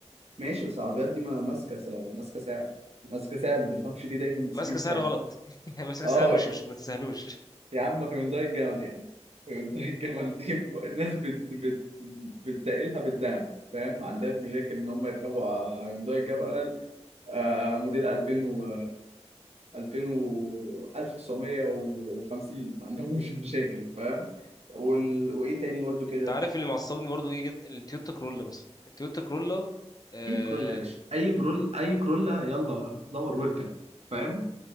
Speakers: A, on the right; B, on the left.
A: ماشي بس العربيات دي ما ماسكه سعر ماسكه سعر ماسكه سعر ما تفهمش ليه دايما ماسكين
B: ماسكه سعر
A: سعر
B: غلط <laughs> يعني ماسكه
A: اه
B: سعر مش مش ما تستاهلوش
A: يا عم هيونداي الجمل يا عم هيونداي الجمل دي الناس بت... بت... بتتقلها بالذهب فاهم ما عندهاش مشاكل ان هم يركبوا على هيونداي الجمل آه موديل 2000 و 2000 و 1950 ما عندهمش <laughs> مشاكل فاهم وال... وايه تاني برضو
B: انت
A: كده
B: عارف اللي معصبني برضو ايه جدا التويوتا كرولا مثلا التويوتا كرولا آه
A: اي كرولا يا باشا اي برول اي كرولا يلا دور واركب فاهم